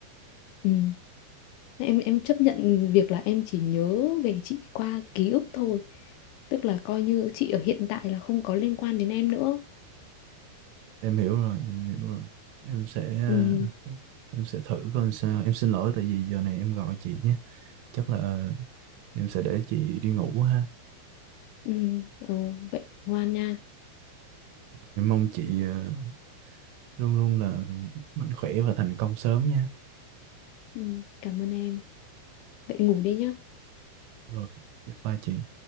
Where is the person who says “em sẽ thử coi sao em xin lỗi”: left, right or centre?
Right